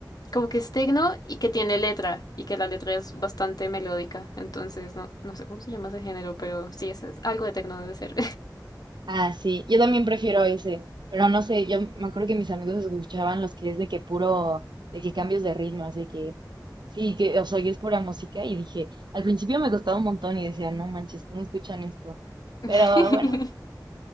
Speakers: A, on the left; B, on the right.
A: como que es tecno y que tiene letra. Y que la letra es bastante melódica. Entonces, no, no sé cómo se llama ese género, pero sí, es, es algo de tecno debe ser.
B: Ah, sí, yo también prefiero ese, pero no sé, yo me acuerdo que mis amigos escuchaban los que es de que puro, de que cambios de ritmo, así que sí, que, o sea, que es pura música y dije, al principio me costaba un montón y decía, no manches, ¿cómo escuchan esto?
A: <laughs>
B: Pero bueno,